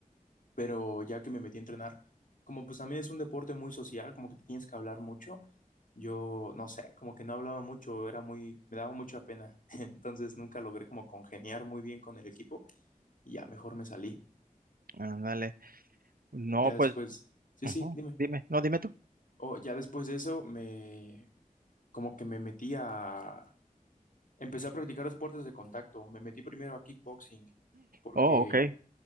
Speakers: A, on the left; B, on the right.
A: pero ya que me metí a entrenar, como pues también es un deporte muy social, como que te tienes que hablar mucho, yo no sé, como que no hablaba mucho, era muy, me daba mucha pena, <laughs> entonces nunca logré como congeniar muy bien con el equipo y ya mejor me salí.
B: ándale. No,
A: Ya
B: pues,
A: después, sí,
B: ujú,
A: sí, dime.
B: Dime, no, dime tú.
A: O ya después de eso me, como que me metí a, empecé a practicar deportes de contacto, me metí primero a kickboxing porque
B: Oh, ok.